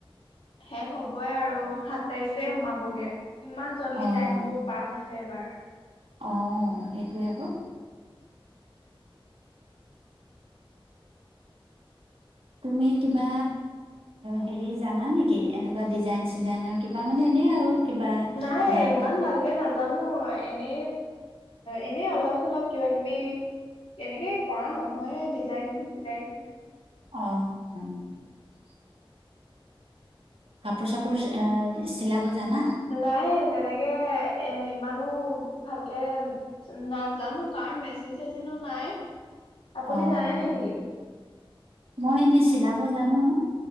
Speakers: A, on the left; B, on the right.
A: শেষ হ'বই আৰু সাত তাইছে সোমাবগে, ইমান জল্দি
B: অ
A: টাইম বোৰ পাৰ হৈছে। এবাৰ
B: অ' সেইটোৱে আকৌ। তুমি কিবা, হেৰি জানা নেকি? এনেকুৱা ডিজাইন-চিজাইনৰ কিবা মানে এনেই আৰু। কিবা
A: নাই,
B: ধৰা
A: ইমান
B: কাপ
A: ভালকে নাজান মানো এনে এনে অলপ চলপ কিবা কিবি, এনেকে কৰা নহয় ডিজাইন চিজাইন
B: অঁ কাপোৰ চাপোৰ অ চিলাব জানা?
A: নাই তেনেকে এ ইমানো ভালকে নাজানো, কাৰণ মেচিন চেচিনো নাই। আপুনি
B: অ',
A: জানে
B: অ',
A: নেকি?
B: মই এনেই চিলাব জানো,